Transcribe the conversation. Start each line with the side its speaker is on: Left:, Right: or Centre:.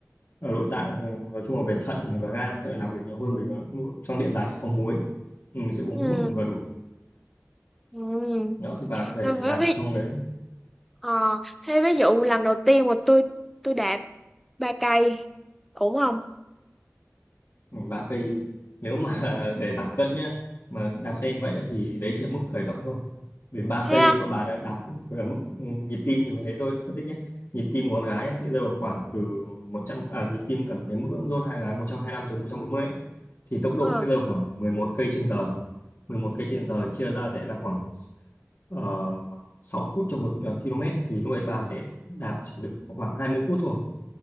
Left: ở nội tạng ờ, nói chung là về thận này và gan sẽ phải làm việc nhiều hơn bởi vì nó- trong điện giải sẽ có muối mình sẽ uống
Centre: ừ
Left: mức vừa đủ
Centre: ừ
Left: đó thì bà có thể
Centre: Thế ví,
Left: nạp
Centre: ví,
Left: trong đấy
Centre: ờ, thế ví dụ lần đầu tiên mà tôi tôi đạp ba cây ổn không
Left: Ừ, ba cây nếu mà <laughs> để giảm cân nhá mà đạp xe như vậy á, thì đấy chỉ là mức khởi động thôi vì ba
Centre: thế
Left: cây
Centre: á
Left: mà bà đã đạp về mức ừ, nhịp tim như thế tôi phân tích nhé nhịp tim của con gái á, sẽ rơi vào khoảng từ 100 à, nhịp tim ở cái mức zone hai là một trăm hai lăm từ 140 á, thì tốc độ
Centre: ờ
Left: sẽ rơi vào khoảng 11 cây trên giờ mười một cây trên giờ chia ra sẽ là khoảng uh, 6 phút cho một ờ, km thì lúc ấy bà sẽ đạp chỉ được khoảng 20 phút thôi